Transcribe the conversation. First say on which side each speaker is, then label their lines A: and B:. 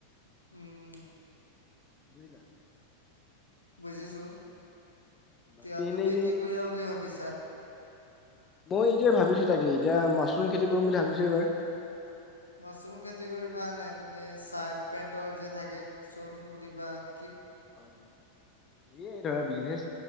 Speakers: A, on the left; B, on the left.
A: উম
B: বুজিলা
A: বুজিছো এতিয়া
B: বাকী এনেই
A: তুমি কি কৰিবা বুলি ভাবিছা
B: মই এইটোৱে ভাবিছো তাকে এতিয়া মাছৰুম খেতি কৰিম বুলি ভাবিছো এইবাৰ
A: মাছৰুম খেতি কৰিবা এনে তুমি চাৰ্ট পেন্টৰ যে থাকে শ্ব'ৰুম খুলিবা এ
B: অহ সেই ধৰা বিজনেছ